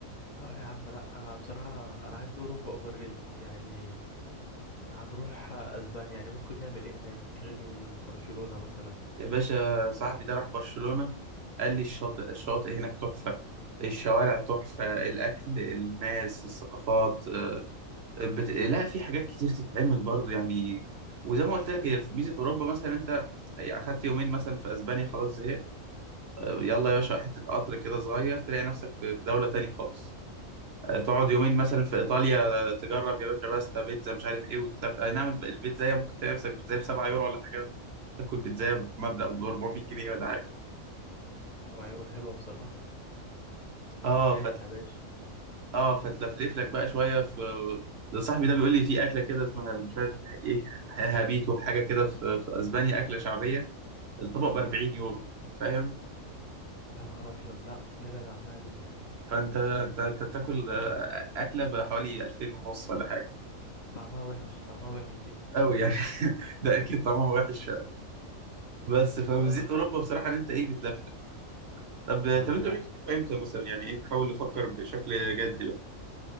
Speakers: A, on the left; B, on the right.
A: لا يا عم لا آه، بصراحة أنا حاسس أوروبا أوفر ريتد يعني هنروح اسبانيا يعني ممكن نعمل ايه هناك غير برشلونة مثلا
B: يا باشا صاحبي ده راح برشلونه قال لي الشاطئ الشاطئ هناك تحفه الشوارع تحفه الاكل الناس الثقافات آه، بت... لا في حاجات كتير تتعمل برضه يعني وزي ما قلت لك هي ميزه اوروبا مثلا انت يعني اخدت يومين مثلا في اسبانيا خلاص زهقت يلا يا باشا حتة قطر كده صغير تلاقي نفسك في في دولة تانية خالص آه، تقعد يومين
A: مم.
B: مثلا في إيطاليا آه، تجرب يا باشا باستا بيتزا مش عارف إيه وتلف أي نعم الب- البيتزاية ممكن تلاقي نفسك بيتزاية بسبعة يورو ولا حاجة تاكل بيتزاية بمبلغ ب 400 جنيه ولا حاجة
A: طبعا يورو حلوة بصراحة
B: اه
A: انت سايح
B: فت...
A: يا باشا
B: اه فتلفلف لك بقى شوية في ده صاحبي ده بيقول لي في أكلة كده اسمها مش عارف إيه هابيتو حاجة كده في... في أسبانيا أكلة شعبية الطبق ب 40 يورو فاهم
A: يا نهار ابيض لا نبعد عنها دي
B: فأنت أنت أنت بتاكل آه، أكلة بحوالي 2000 ونص ولا حاجة
A: طعمها وحش طعمها وحش دي
B: قوي يعني <laughs> ده اكيد طعمها وحش فعلا بس فميزة
A: اه
B: اوروبا بصراحه ان انت ايه بتلفلف طب
A: طب
B: طب انتوا
A: يع-
B: ناويين تروحوا امتى مثلا يعني ايه نحاول نفكر بشكل جدي بقى